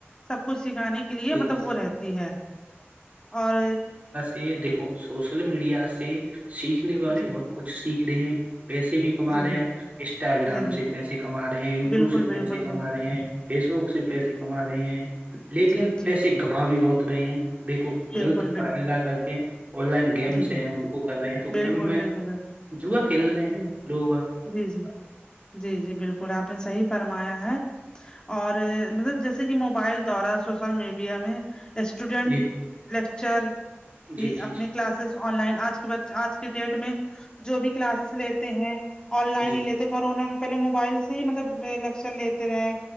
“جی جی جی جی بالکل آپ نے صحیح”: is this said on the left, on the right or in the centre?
Left